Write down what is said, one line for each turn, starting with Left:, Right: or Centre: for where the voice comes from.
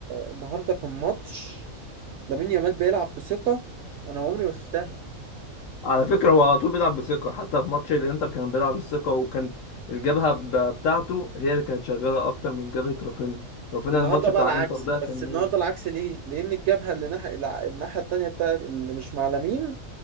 Right: النهارده كان ماتش لامين يامال بيلعب بثقة انا عمري ما شفتها
Left: على فكره هو على طول بيلعب بثقه حتى في ماتش الانتر كان بيلعب بثقه وكان الجبهه ب- بتاعته هي اللي كانت شغاله اكتر من جبهه رافينيا رافينيا
Right: النهارده
Left: الماتش
Right: بقى
Left: بتاع
Right: العكس
Left: انتر ده كان
Right: بس النهارده
Left: ميت.
Right: العكس ليه؟ لان الجبهة اللي ناحية الع- الناحية التانية بتاع اللي مش مع لامين